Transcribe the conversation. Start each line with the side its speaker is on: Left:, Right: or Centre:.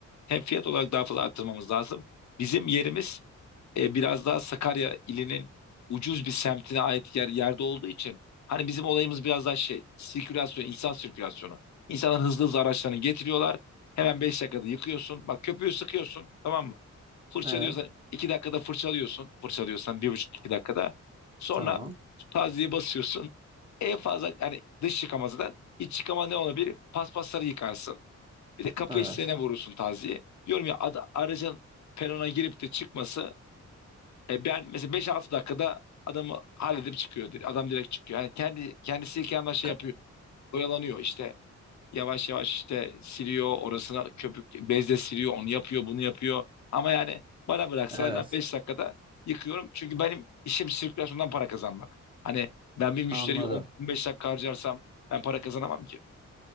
Left: hem fiyat olarak daha fazla arttırmamız lazım. Bizim yerimiz e, biraz daha Sakarya ilinin ucuz bir semtine ait yer, yerde olduğu için hani bizim olayımız biraz daha şey sirkülasyon, insan sirkülasyonu. İnsanların hızlı hızlı araçlarını getiriyorlar. Hemen 5 dakikada yıkıyorsun. Bak köpüğü sıkıyorsun tamam mı? Fırçalıyorsan
Right: Evet.
Left: iki dakikada fırçalıyorsun. Fırçalıyorsan bir buçuk 2 dakikada. Sonra
Right: Tamam.
Left: tazyiye basıyorsun. En fazla hani dış yıkamazdan iç yıkama ne olabilir? Paspasları yıkarsın. Bir de kapı
Right: Evet.
Left: hissene vurursun taziye. Diyorum ya ad- aracın perona girip de çıkması e, ben mesela 5-6 dakikada adamı halledip çıkıyor. direkt. Adam direkt çıkıyor. Yani kendi kendisi kendi şey
Right: Ka-
Left: yapıyor. Oyalanıyor işte. Yavaş yavaş işte siliyor orasına köpük bezle siliyor. Onu yapıyor, bunu yapıyor. Ama yani bana bıraksa
Right: Evet.
Left: ben 5 dakikada yıkıyorum. Çünkü benim işim sirkülasyondan para kazanmak. Hani ben bir müşteriyi
Right: Anladım.
Left: 10-15 dakika harcarsam ben para kazanamam ki.